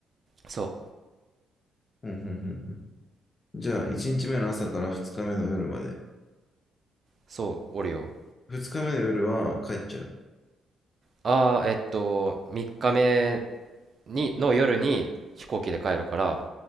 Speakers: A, on the right; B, on the left.
A: そう
B: うん。うん。うん。うんじゃあ、1日目の朝から2日目の夜まで。
A: そう、おるよ。
B: 二日目の夜は帰っちゃう。
A: ああ、えっと、3日目に、の夜に飛行機で帰るから、